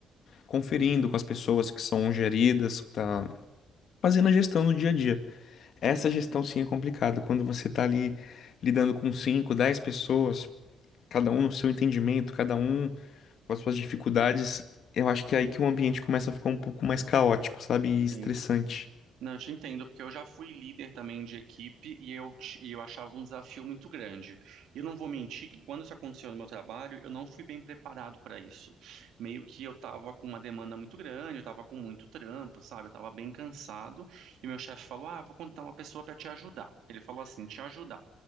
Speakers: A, on the left (about 65°); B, on the right (about 80°).
A: conferindo
B: uhum,
A: com as pessoas que são geridas, tá fazendo a gestão no dia a dia. Essa
B: sim,
A: gestão sim é complicada, quando você tá ali lidando com 5, 10 pessoas, cada um no seu entendimento, cada um com as suas dificuldades, eu acho que é aí que o ambiente começa a ficar um pouco mais caótico, sabe? E estressante.
B: sim. Não, eu te entendo, porque eu já fui líder também de equipe e eu, ti- e eu achava um desafio muito grande. E eu não vou mentir que quando isso aconteceu no meu trabalho, eu não fui bem preparado para isso. Meio que eu estava com uma demanda muito grande, eu estava com muito trampo, sabe? Eu estava bem cansado. E meu chefe falou: Ah, vou contratar uma pessoa para te ajudar. Ele falou assim: te ajudar.